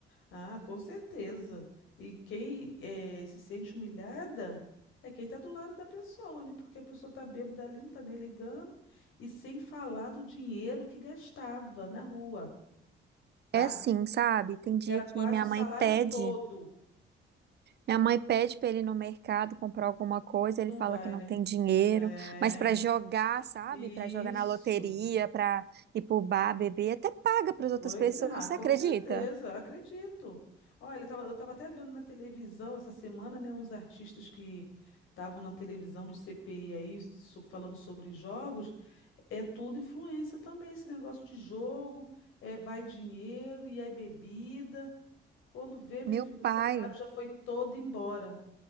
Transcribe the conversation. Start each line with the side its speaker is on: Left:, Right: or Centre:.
Left: Ah, com certeza. E quem eh, se sente humilhada é quem está do lado da pessoa, né? Porque a pessoa está bêbada ali, não está nem ligando. E sem falar do dinheiro que gastava na rua, tá?
Right: É assim, sabe? Tem
Left: Porque
Right: dia
Left: era
Right: que
Left: quase
Right: minha
Left: o salário
Right: mãe pede,
Left: todo.
Right: minha mãe pede pra ele ir no mercado comprar alguma coisa, ele
Left: Não
Right: fala
Left: vai,
Right: que não
Left: né?
Right: tem dinheiro,
Left: É.
Right: mas pra jogar, sabe?
Left: Isso.
Right: Pra jogar na loteria, pra ir pro bar beber, até paga pras outras
Left: Pois
Right: pessoas,
Left: é, ah,
Right: você
Left: com
Right: acredita?
Left: certeza, acredito. Olha, eu tava, eu tava até vendo na televisão essa semana, né, uns artistas que estavam na televisão do CPI aí, so- falando sobre jogos, é tudo influência também, esse negócio de jogo, é vai dinheiro e é bebida. Quando vê, meu
Right: Meu
Left: filho, o
Right: pai.
Left: salário já foi todo embora.